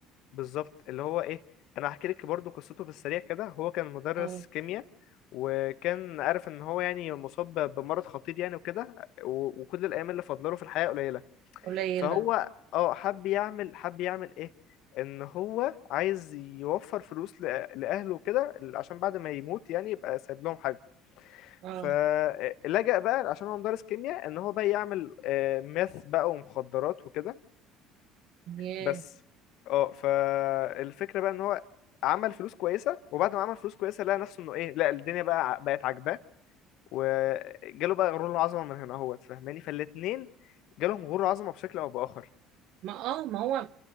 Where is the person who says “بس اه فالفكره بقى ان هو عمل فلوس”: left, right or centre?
Left